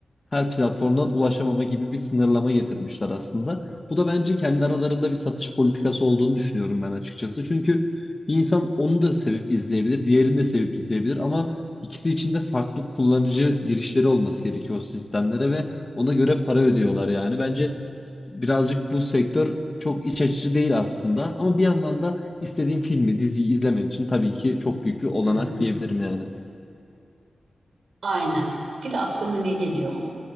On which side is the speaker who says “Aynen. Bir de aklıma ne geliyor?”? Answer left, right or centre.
Right